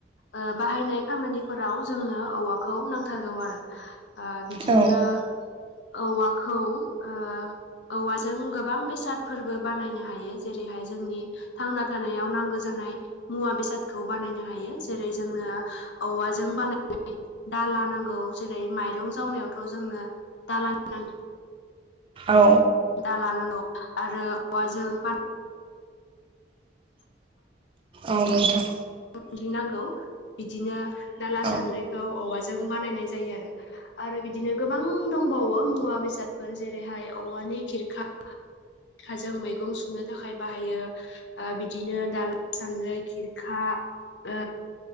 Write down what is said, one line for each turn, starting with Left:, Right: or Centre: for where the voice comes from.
Left: ओ बाहायनाय खामानिफोराव जोंनो औवा खौ नांथारगौ आरो ओ बिदिनो
Right: औ
Left: औवाखौ ओ औवाजों गोबां बेसादफोरबो बानायनो हायो जेरैहाय जोंनि थांना थानायाव नांगौ जानाय मुवा बेसादखौ बानायनो हायो जेरै जोंनो औवाजों बानाय दाला नांगौ जेरै माइरं जावनायावथ' जोंनो दालानि नांगौ
Right: औ।
Left: दाला नांगौ आरो औवाजों बा
Right: औ नोंथां।
Left: सग्रिनांगौ बिदिनो दाला
Right: औ
Left: सान्द्रिखौ औवाजों बानायनाय जायो आरो। आरो बिदिनो गोबां दंबावो मुवा बेसादफोर जेरैहाय औवानि खिरखा ओमफ्राय जों मैगं सुनो थाखाय बाहायो। ओ बिदिनो दाला, सानद्राय, खिरखा ओ